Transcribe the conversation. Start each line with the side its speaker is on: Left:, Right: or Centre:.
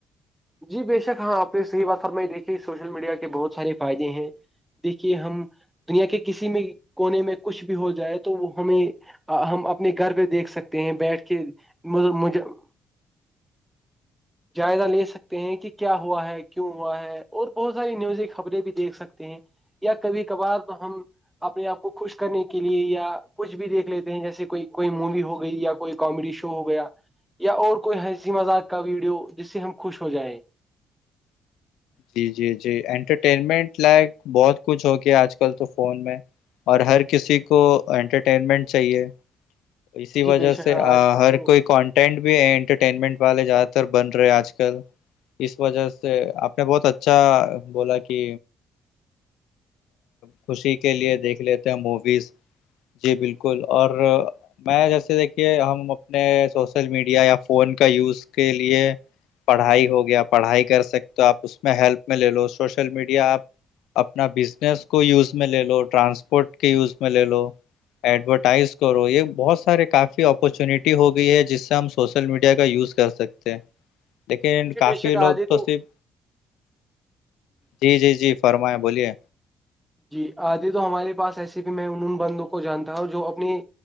Centre: جی بے شک ہاں آپ نے صحی بات کر میں دیکھیے سوشل میڈیا کے بہت سارے فائدے ہیں دیکھیے ہم دنیا کے کسی بھی کونے میں کچھ بھی ہو جائے تو وہ ہمیں ہم اپنے گھر پہ دیکھ سکتے ہیں بیٹھ کے مطلب جائزہ لے سکتے ہیں کہ کیا ہوا ہے کیوں ہوا ہے اور بہت ساری نیوزی خبریں بھی دیکھ سکتے ہیں یا کبھی کبھار تو ہم اپنے آپ کو خوش کرنے کے لیے یا کچھ بھی دیکھ لیتے ہیں جیسے کوئی کوئی مووی ہو گئی یا کوئی کامیڈی شو ہو گیا یا اور کوئی ہنسی مذاق کا ویڈیو جس سے ہم خوش ہو جائیں
Left: جی جی جی انٹرٹینمنٹ لائک بہت کچھ ہو گیا آج کل تو فون میں اور ہر کسی کو انٹرٹینمنٹ چاہیے اسی
Centre: جی
Left: وجہ
Centre: بے شک
Left: سے
Centre: ہاں آج کل
Left: ہر
Centre: تو
Left: کوئی کوان بھیٹرٹینمنٹ والے زیادہ تر بن رہے ہیں آج کل اس وجہ سے میں بہت اچھا بولا کہ خوشی کے لیے دیکھ لیتے ہیں موویز جی بالکل اور پایا جیسے دیکھیے ہم اپنے سوشل میڈیا یا فون کا یوز کے لیے پڑھائی ہو گیا پڑھائی کر سکتے آپ اس میں ہیلپ میں لے لو سوشل میڈیا آپ اپنا بزنس کو یوز میں لے لو ٹرانسپورٹ کے یوز میں لے لو ایڈورٹائز کرو یہ بہت سارے کافی اپارچونیٹی ہو گئی ہے جس سے ہم سوشل میڈیا کا یوز کر سکتے ہیں لیکن
Centre: جی
Left: کافی
Centre: بے شک
Left: لوگ
Centre: آدتو
Left: تو صرف جی جی جی فرمائیں بولیے
Centre: جی آدی تو ہمارے پاس ایسے بھی میں ان بندوں کو جانتا ہوں جو اپنی